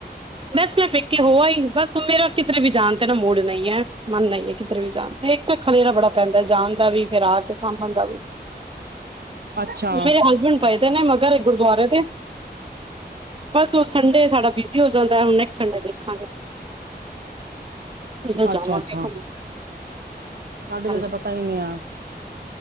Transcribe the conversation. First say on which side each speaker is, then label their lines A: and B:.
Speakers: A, on the right; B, on the right.
A: ਬਸ ਮੈਂ ਪੈਕੇ ਹੋ ਆਈ ਬਸ ਹੁਣ ਮੇਰਾ ਕਿਧਰੇ ਵੀ ਜਾਣ ਤੇ ਤੇਰਾ ਮੂਡ ਨਹੀਂ ਹੈ ਮਨ ਨਹੀਂ ਹੈ ਕਿਧਰੇ ਵੀ ਜਾਣ ਤੇ। ਇੱਕ ਤਾਂ ਖਲੇਰਾ ਬੜਾ ਪੈਂਦਾ ਜਾਣ ਦਾ ਵੀ ਫਿਰ ਆ ਕੇ ਸਾਂਭਣ ਦਾ ਵੀ
B: ਅੱਛਾ
A: ਮੇਰੇ ਹਸਬੈਂਡ ਪਏ ਤੇ ਨੇ ਮਗਰ ਗੁਰਦੁਆਰੇ ਦੇ ਬਸ ਔ ਸੰਡੇ ਸਾਡਾ ਬੀਜੀ ਹੋ ਜਾਂਦਾ ਏ ਹੁਣ ਨੈਕਸ ਸੰਡੇ ਦੇਖਾਂਗੇ। ਜਦੋਂ ਜਾਵਾਂਗੇ
B: ਅੱਛਾ -ਅੱਛਾ, ਸਾਡੇ
A: ਹਾਂਜੀ
B: ਦਾ ਤਾਂ ਪਤਾ ਹੀ ਨਹੀਂ ਆਂ।